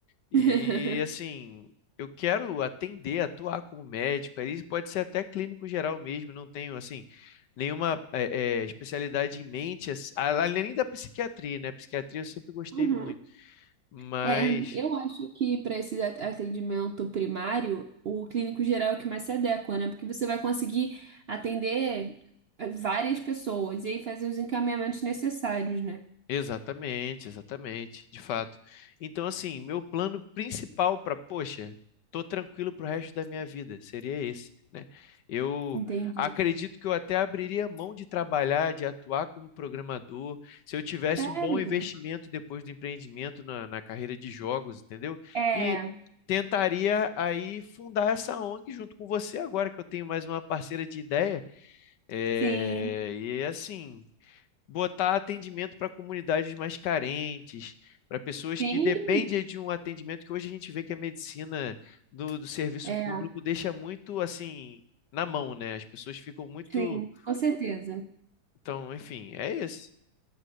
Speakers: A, on the left (about 85°); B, on the right (about 60°).
A: E
B: <laughs>
A: assim, eu quero atender, atuar como médico, aí pode ser até clínico geral mesmo, não tenho assim nenhuma eh, eh, especialidade em mente, ass- a- além da psiquiatria, né? Psiquiatria eu sempre gostei
B: Uhum.
A: muito, mas
B: É, eu acho que para esse at- atendimento primário, o clínico geral é o que mais se adequa, né? Porque você vai conseguir atender eh, várias pessoas e aí fazer os encaminhamentos necessários, né?
A: Exatamente, exatamente, de fato. Então, assim, meu plano principal para, poxa, tô tranquilo pro resto da minha vida, seria esse, né? Eu
B: Entendi.
A: acredito que eu até abriria mão de trabalhar, de atuar como programador, se eu tivesse
B: Sério?
A: um bom investimento depois do empreendimento na, na carreira de jogos, entendeu?
B: É,
A: E tentaria aí fundar essa ONG junto com você agora que eu tenho mais uma parceira de ideia. É,
B: sim,
A: e assim botar atendimento para comunidades mais carentes, para pessoas
B: sim,
A: que dependem de um atendimento que hoje a gente vê que a medicina do, do serviço
B: é,
A: público deixa muito assim na mão, né? As pessoas ficam muito.
B: sim, com certeza.
A: Então, enfim, é isso.